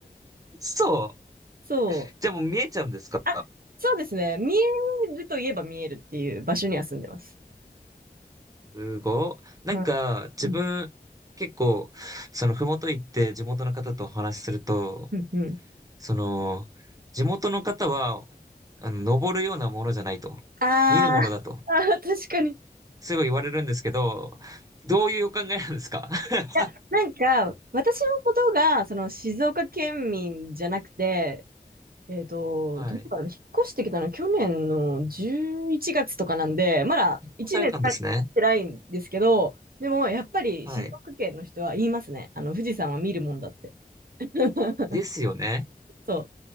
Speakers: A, on the right; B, on the right.
A: そう。
B: そう。
A: じゃあもう見えちゃうんですか
B: あ、そうですね。見えるといえば見えるっていう場所には住んでます。
A: すごい。なんか、
B: うん、
A: 自分、
B: うん、
A: 結構、その、ふもと行って地元の方とお話しすると、
B: うん。うん
A: その、地元の方は、あの、登るようなものじゃないと。
B: あ
A: 見るものだと。
B: あ、<laughs> あー確かに。い
A: すごい言われるんですけど、どういうお考えなんですか <laughs>
B: や、なんか、私のことが、その、静岡県民じゃなくて、えっと、
A: はい。
B: どこから引っ越してきたの去年の11月とかなんで、まだ1年経ってないんですけど、
A: そうされたんですね。
B: でも、やっぱり静岡県の人は言いますね。
A: はい。
B: あの、富士山は見るもんだって。<laughs>
A: ですよね。
B: そう。